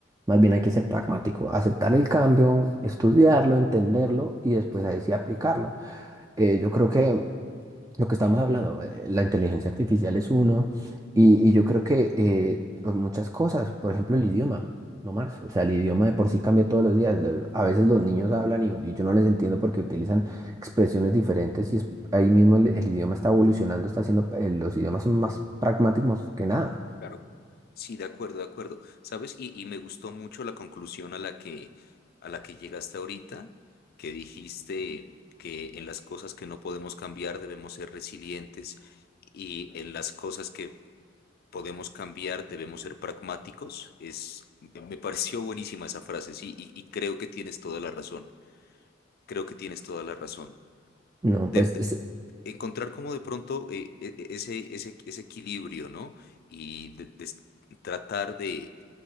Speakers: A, on the right; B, on the left.
A: más bien hay que ser pragmático, aceptar el cambio, estudiarlo, entenderlo y después ahí sí aplicarlo. Eh, yo creo que lo que estamos hablando, eh, la inteligencia artificial es uno, y, y yo creo que eh, muchas cosas, por ejemplo, el idioma, no más. O sea, el idioma de por sí cambia todos los días. Lo- A veces los niños hablan y, y yo no les entiendo porque utilizan expresiones diferentes y es- ahí mismo el, el idioma está evolucionando, está haciendo, eh, los idiomas son más pragmáticos que nada.
B: claro. Sí, de acuerdo, de acuerdo. ¿Sabes? Y, y me gustó mucho la conclusión a la que, a la que llegaste ahorita, que dijiste que en las cosas que no podemos cambiar debemos ser resilientes y en las cosas que podemos cambiar, debemos ser pragmáticos. Es, me pareció buenísima esa frase, sí, y, y creo que tienes toda la razón. Creo que tienes toda la razón.
A: No,
B: De-
A: pues
B: de- encontrar como de pronto eh, e- e- ese, ese, ese equilibrio, ¿no? Y de- de s- tratar de,